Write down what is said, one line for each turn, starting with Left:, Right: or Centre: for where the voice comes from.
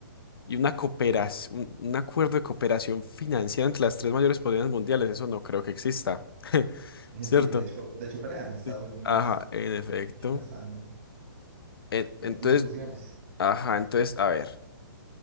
Left: Y una cooperación, un, acuerdo de cooperación financiera entre las tres mayores potencias mundiales, eso no creo que exista. <laughs>
Right: Eh,
Left: ¿Cierto?
Right: Sí, de hecho, de hecho pelean. Estados
Left: Sí.
Right: Unidos
Left: Ajá, en
Right: y
Left: efecto.
Right: China están
Left: En-
Right: en
Left: entonces,
Right: discusiones
Left: ajá, entonces, a ver.